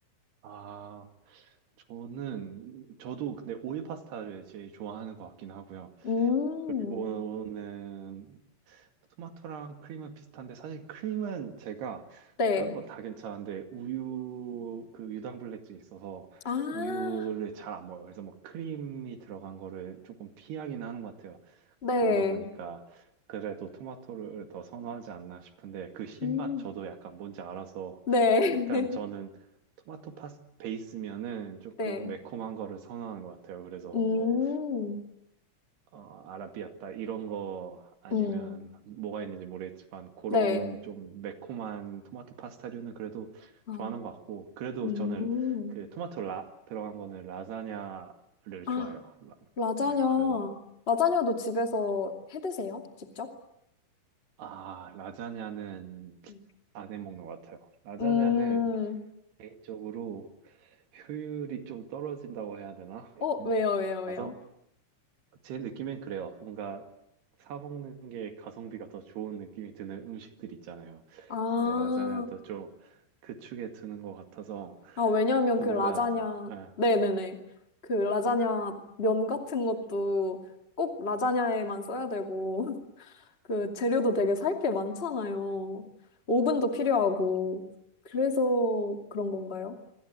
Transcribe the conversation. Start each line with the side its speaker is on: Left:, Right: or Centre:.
Right: 아 저는 저도 근데 오일 파스타를 제일 좋아하는 것 같긴 하고요.
Left: 음,
Right: 그리고는 토마토랑 크림은 비슷한데 사실 크림은 제가
Left: 네.
Right: 딴 건 다 괜찮은데 우유 그 유당불내증이 있어서
Left: 아,
Right: 우유를 잘 안 먹어요. 그래서 뭐 크림이 들어간 거를 조금 피하긴 하는 것 같아요.
Left: 네.
Right: 그러다 보니까 그래도 토마토를 더 선호하지 않나 싶은데 그 신맛
Left: 음.
Right: 저도 약간 뭔지 알아서
Left: 네. <laughs>
Right: 약간 저는 토마토 파스 베이스면은 조금
Left: 네.
Right: 매콤한 거를 선호하는 것 같아요. 그래서
Left: 음.
Right: 뭐 어, 아라비아따 이런 거 아니면
Left: 음.
Right: 뭐가 있는지 모르겠지만 그런
Left: 네.
Right: 좀 매콤한 토마토 파스타류는 그래도
Left: 아,
Right: 좋아하는 것 같고 그래도
Left: 음.
Right: 저는 그 토마토 라, 들어간 거는 라자냐를
Left: 아,
Right: 좋아해요. 라,
Left: 라자냐.
Right: 네, 그래서
Left: 라자냐도 집에서 해 드세요? 직접?
Right: 아 라자냐는
Left: 음.
Right: 안 해 먹는 것 같아요. 라자냐는
Left: 음.
Right: 개인적으로 효율이 좀 떨어진다고 해야 되나?
Left: 어, 왜요, 왜요, 왜요?
Right: 가성 제 느낌엔 그래요. 뭔가 사 먹는 게 가성비가 더 좋은 느낌이 드는 음식들 있잖아요.
Left: 아.
Right: 근데 라자냐도 좀 그 축에 드는 것 같아서
Left: 아, 왜냐면
Right: 그
Left: 그
Right: 뭔가
Left: 라자냐.
Right: 예,
Left: 네네네. 그 라자냐 면 같은 것도 꼭 라자냐에만 써야 되고. 그 재료도 되게 살 게 많잖아요. 오븐도 필요하고. 그래서 그런 건가요?